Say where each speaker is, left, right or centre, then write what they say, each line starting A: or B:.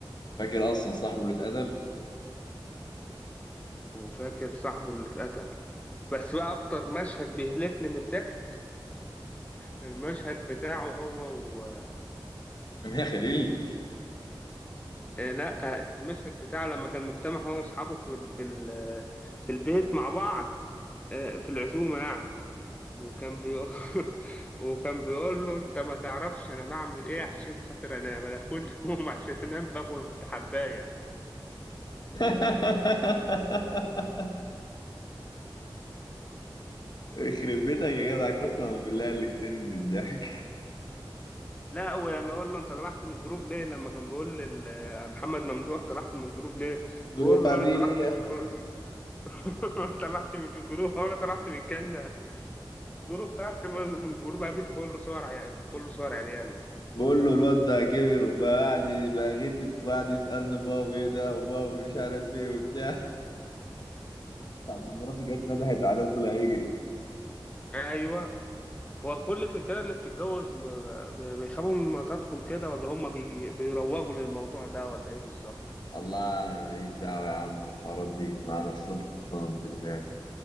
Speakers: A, on the left; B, on the left.
A: فاكر اصلا صاحبه اللي اتقتل
B: وفاكر صاحبه اللي اتقتل بس بقى أكتر مشهد بيهلكني من الضحك المشهد بتاعه هو و...
A: امير خليل
B: آه، لا آه، المشهد بتاعه لما كان مجتمع هو وأصحابه في في ال- في البيت مع بعض آه، في العزومة يعني وكان بيقول <laughs> وكان بيقول له أنت ما تعرفش أنا بعمل إيه عشان خاطر أنام أنا كل يوم عشان أنام باخد حباية
A: <laughs> يخرب بيتك يا جدع قسما بالله اللي كتير من الضحك
B: لا ولما اقول له انت طلعت من الجروب ليه لما كان بيقول لي محمد ممدوح طلعت من الجروب ليه
A: جروب
B: بقول له
A: ابيه
B: انا طلعت من الجروب <laughs> انا طلعت من الجروب انا طلعت من الجنه جروب طلعت من من جروب ابيح كله صور عيال كله صور عريان
A: بقول له الواد بقى كبر وبقى قاعد ي- بقى غتت وقاعد يسالني بابا ايه ده وبابا مش عارف ايه وبتاع <laughs> ساعة ما مراته جت ندهت عليه وطلع يجري
B: ايوه هو كل الرجاله اللي بتتجوز ب- ب- بيخافوا من مراتاتهم كده ولا هم بي... بيروجوا للموضوع ده ولا ايه بالظبط
A: الله أنا ماليش دعوة يا عم الحوارات دي مع نفسهم قسما بالله